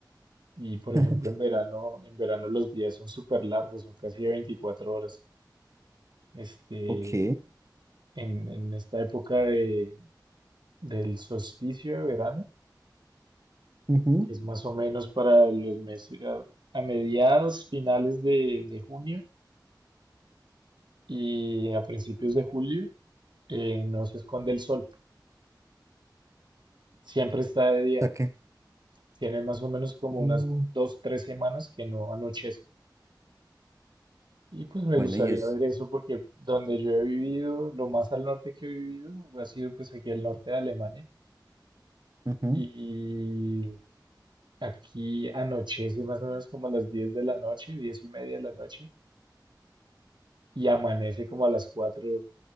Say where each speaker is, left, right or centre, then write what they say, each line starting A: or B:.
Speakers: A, on the right; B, on the right.
A: Y por ejemplo,
B: <laughs>
A: en verano, en verano los días son súper largos, son casi de 24 horas. Este,
B: Ok.
A: en, en esta época de, del solsticio de verano,
B: Ujú.
A: que es más o menos para los meses, a, a mediados, finales de, de junio y a principios de julio, eh, no se esconde el sol. Siempre está de día.
B: Saqué.
A: Tienen más o menos como
B: Uh,
A: unas dos, tres semanas que no anochece. Y pues me
B: Bueno,
A: gustaría
B: y es
A: ver eso porque donde yo he vivido, lo más al norte que he vivido ha sido pues aquí al norte de Alemania.
B: ujú,
A: Y aquí anochece más o menos como a las 10 de la noche, 10 y media de la noche, y amanece como a las 4